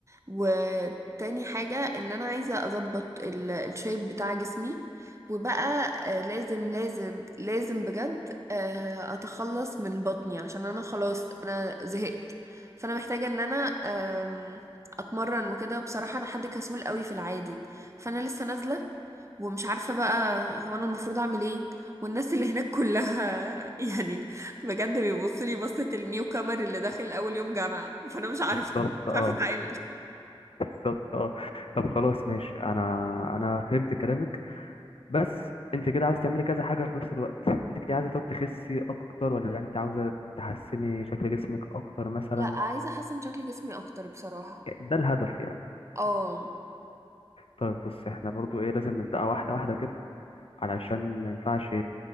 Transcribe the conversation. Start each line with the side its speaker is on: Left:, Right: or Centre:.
Right: وتاني حاجه ان انا عايزه اظبط ال- الشيب بتاع جسمي وبقى آه، لازم لازم لازم بجد آه، اتخلص من بطني عشان انا خلاص انا زهقت فانا محتاجه ان انا آم، اتمرن وكده بصراحه انا حد كسول قوي في العادي فانا لسه نازله ومش عارفة بقى هو أنا المفروض أعمل إيه والناس اللي هناك كلها <laughs> يعني بجد بيبصوا لي بصة النيو كامر اللي داخل أول يوم جامعة فأنا مش عارفة
Left: بالظبط
Right: مش
Left: اه
Right: عارفة أتعامل
Left: بالظبط اه طب خلاص ماشي انا انا فهمت كلامك بس انت كده عايزه تعملي كذا حاجه في نفس الوقت انت كده عايزه طب تخسي اكتر ولا انت عاوزه تحسني شكل جسمك اكتر مثلا
Right: لا عايزه احسن شكل جسمي اكتر بصراحه
Left: ده الهدف يعني
Right: اه
Left: طيب بص احنا برضو ايه لازم نبدأ واحده واحده كده علشان ما ينفعش